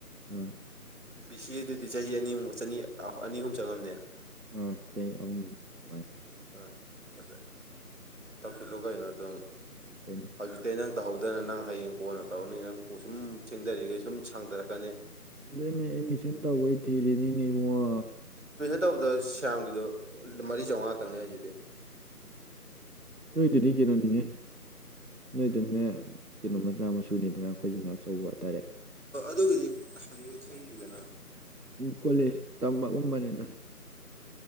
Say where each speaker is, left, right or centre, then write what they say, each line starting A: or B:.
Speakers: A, on the right; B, on the right.
A: ꯎꯝ
B: ꯕꯤ ꯁꯤ ꯑꯦꯗꯨꯗꯤ ꯆꯍꯤ ꯑꯅꯤꯃ ꯆꯅꯤ ꯑꯅꯤ ꯑꯍꯨꯝ ꯆꯪꯉꯝꯅꯦ
A: ꯑꯥ ꯑ ꯅꯨꯡꯉꯥꯏ
B: ꯑꯥ ꯑꯗꯨ ꯇꯧꯁꯤꯜꯂꯨ ꯀꯩꯅꯣ ꯑꯗꯨꯝ
A: ꯇꯧꯗꯣꯏꯅꯦ
B: ꯍꯧꯖꯤꯛꯇꯤ ꯅꯪ ꯇꯧꯍꯧꯗꯅ ꯅꯪ ꯍꯌꯦꯡ ꯀꯣꯟꯅ ꯇꯧꯔꯅꯤ ꯅꯪ ꯀ ꯁꯨꯝ ꯊꯦꯡꯗꯔꯤꯈꯩ ꯁꯨꯝ ꯁꯥꯡꯗꯔꯛꯀꯅꯤ
A: ꯑꯗꯨꯗꯅꯦ ꯑꯦꯠꯃꯤꯁꯟ ꯇꯧꯕꯩ ꯊꯤꯔꯤꯦꯅꯤꯅꯦ ꯏꯕꯨꯡꯉꯣ
B: ꯇꯧꯕ ꯁꯒꯤꯗ ꯃꯔꯤ ꯆꯃꯉ ꯉꯥꯛꯇꯅꯤ ꯍꯥꯏꯖꯗꯦ
A: ꯅꯣꯏꯗꯨꯗꯤ ꯀꯩꯅꯣꯅꯤꯍꯦ ꯅꯣꯏꯗꯨꯪꯅꯦ ꯀꯩꯅꯣ ꯃꯆꯥ ꯃꯁꯨꯅꯤꯗꯅ ꯑꯩꯈꯣꯏꯁꯤ ꯑꯆꯧꯕ ꯇꯔꯦꯠ
B: ꯑꯗꯨ ꯍꯧꯗꯤ ꯍꯪꯉꯤ ꯈꯗꯗꯅ
A: ꯀꯣꯂꯦꯖ ꯇꯝꯕꯒꯨꯝꯕꯅꯤꯗ